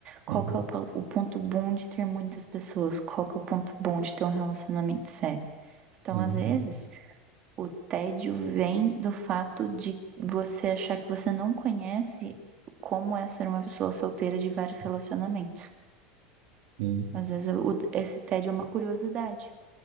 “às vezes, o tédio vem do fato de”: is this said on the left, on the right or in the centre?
Right